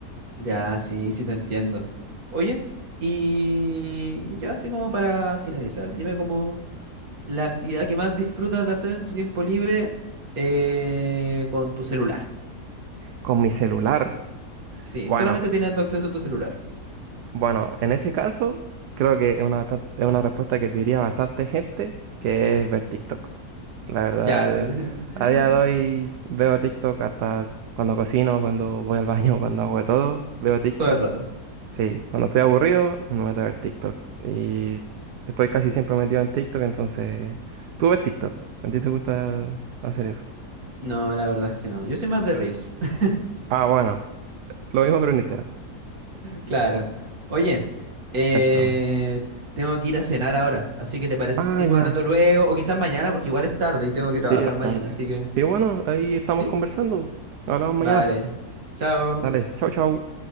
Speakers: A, on the right (about 60°); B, on the right (about 80°).
A: Ya, sí, sí te entiendo. Oye, y ya así como para finalizar, dime como la actividad que más disfrutas de hacer en tu tiempo libre eh, con tu celular.
B: Con mi celular.
A: Sí,
B: Bueno,
A: solamente teniendo acceso a tu celular.
B: bueno, en ese caso, creo que es una, bastan- es una respuesta que diría bastante gente, que es ver TikTok. La verdad,
A: Ya, <laughs>
B: a día de hoy veo TikTok hasta cuando cocino, cuando voy al baño, <laughs> cuando hago de todo. Veo TikTok
A: todo el rato.
B: Sí, cuando estoy aburrido, me meto a ver TikTok. Y estoy casi siempre metido en TikTok, entonces... ¿Tú ves TikTok? ¿A ti te gusta hacer eso?
A: No, la verdad es que no. Yo soy más de Reels. <laughs>
B: Ah, bueno, lo mismo pero en Instagram.
A: Claro. Oye, eh,
B: Cuéntame.
A: tengo que ir a cenar ahora, así que ¿te parece
B: Ah,
A: si seguimos
B: ya.
A: hablando luego? O quizás mañana, porque igual es tarde y tengo que trabajar
B: Sí, es
A: mañana,
B: tarde.
A: así que...
B: Sí, bueno, ahí estamos
A: ¿Sí?
B: conversando. Hablamos mañana.
A: Vale. Chao.
B: Dale, chau, chau.